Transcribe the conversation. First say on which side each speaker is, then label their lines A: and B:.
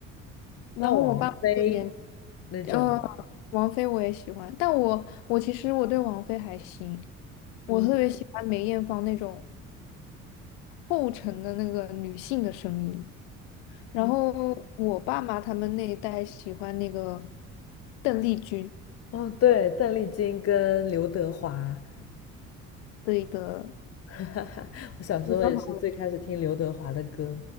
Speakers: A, on the left; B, on the left.
A: 然后我爸爸这个年，
B: 那王菲那种，
A: 嗯、王菲我也喜欢，但我我其实我对王菲还行，我特别喜欢梅艳芳那种
B: 嗯
A: 厚沉的那个女性的声音。然后我爸妈他们那一代喜欢那个
B: 嗯，
A: 邓丽君，
B: 哦，对，邓丽君跟刘德华，
A: 对的，
B: <laughs> 我小时候也是最开始听刘德华的歌，
A: 你的好，